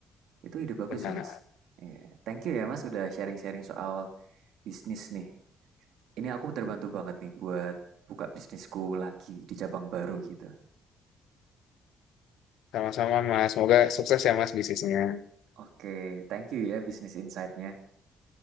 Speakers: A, on the right; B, on the left.
A: Itu ide bagus
B: Benar.
A: sih, Mas. Iya. Thank you ya, Mas, udah sharing-sharing soal bisnis nih. Ini aku terbantu banget nih buat buka bisnisku lagi di cabang baru gitu.
B: Sama-sama Mas, semoga sukses ya Mas bisnisnya.
A: Oke, okay, thank you ya bisnis insight-nya.